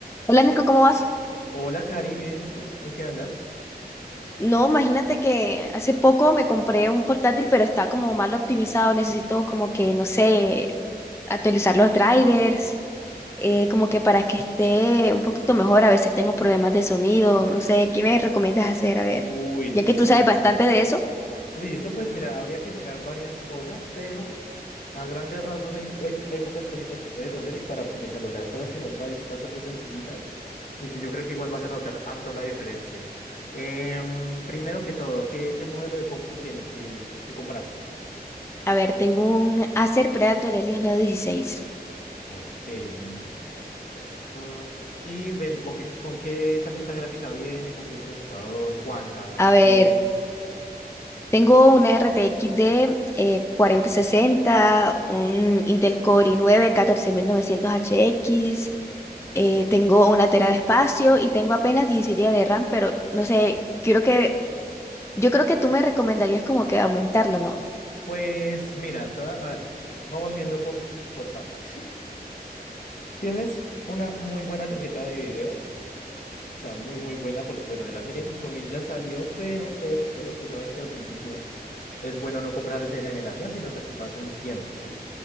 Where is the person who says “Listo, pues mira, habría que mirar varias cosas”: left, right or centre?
Left